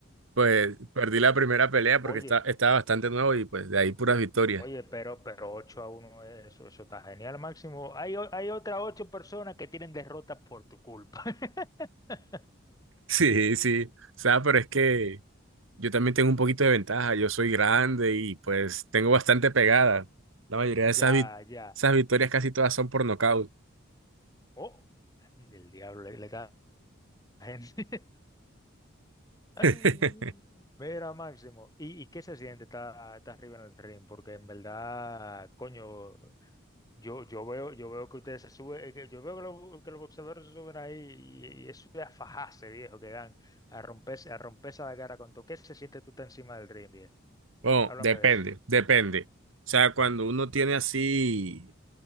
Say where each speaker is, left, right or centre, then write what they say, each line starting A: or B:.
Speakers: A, on the right (about 90°); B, on the left (about 20°).
A: Pues perdí la primera pelea
B: Oye.
A: porque está, estaba bastante nuevo y pues de ahí puras victorias.
B: Oye, pero, pero 8 a uno eh, eso, eso está genial, Máximo. Hay, o- hay otras 8 personas que tienen derrotas por tu culpa. <laughs>
A: Sí, sí. O sea, pero es que yo también tengo un poquito de ventaja. Yo soy grande y pues tengo bastante pegada. La mayoría
B: Ya,
A: de esas, vi-
B: ya.
A: esas victorias casi todas son por nocaut.
B: Oh, el diablo le, le da a la gente. <laughs>
A: <laughs>
B: Mira, Máximo. ¿Y, y qué se siente estar estar arriba en el ring? Porque en verdad, coño, Yo, yo veo, yo veo que ustedes se suben, eh, que- yo veo que los, que los boxeadores se suben ahí y, y eso es a fajarse, viejo, que dan, a romperse, a romperse la cara con todo. ¿Qué se siente tú estás encima del ring, viejo?
A: Bueno,
B: Háblame
A: depende,
B: de eso.
A: depende. O sea, cuando uno tiene así